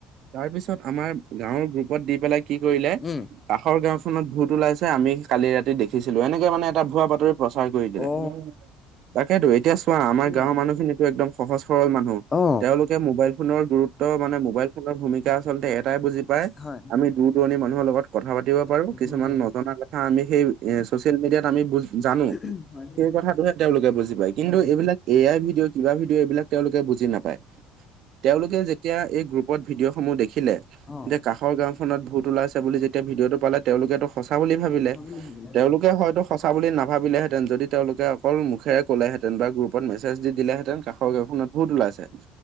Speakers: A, on the right; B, on the left.
A: তাৰ পিছত আমাৰ গাঁৱৰ গ্ৰুপত দি পেলাই কি কৰিলে
B: উম
A: কাষৰ গাঁও খনত ভূত ওলাইছে, আমি কালি ৰাতি দেখিছিলো। এনেকে মানে এটা ভুৱা বাতৰি প্ৰচাৰ কৰি দিলে।
B: অ
A: তাকেতো এতিয়া চোৱা আমাৰ
B: উম
A: গাঁৱৰ মানুহ খিনিতো একদম সহজ সৰল মানুহ।
B: অ
A: তেওঁলোকে মোবাইল ফোনৰ গুৰুত্ব মানে, মোবাইল ফোনৰ ভূমিকা আচলতে এটাই বুজি পায়
B: হয়
A: আমি দূৰ দূৰণি মানুহৰ লগত কথা পাতিব পাৰো,
B: হয়
A: কিছুমান নজনা কথা আমি সেই এ চচিয়েল মিডিয়াত আমি বুজ জানো।
B: <unintelligible> হয়। <unintelligible>
A: সেই কথাটোহে তেওঁলোকে বুজি পায়, কিন্তু এইবিলাক এ আই ভিডিঅ' কিবা ভিডিঅ' এইবিলাক তেওঁলোকে বুজি নাপায়। তেওঁলোকে যেতিয়া এই গ্ৰুপত ভিডিঅ' সমূহ দেখিলে
B: অ
A: যে কাষৰ গাওঁত ভূত ওলাইছে বুলি যেতিয়া ভিডিঅ'টো পালে, তেওঁলোকেটো সঁচা বুলি ভাবিলে।
B: সঁচা বুলি ভাবিলে
A: তেওঁলোকে হয়তো সঁচা বুলি নাভাবিলে হেঁতেন যদি তেওঁলোকে অকল মুখেৰে ক'লে হেঁতেন বা গ্ৰুপত মেছেজ দি দিলে হেঁতেন কাষৰ গাঁৱ খনত ভূত ওলাইছে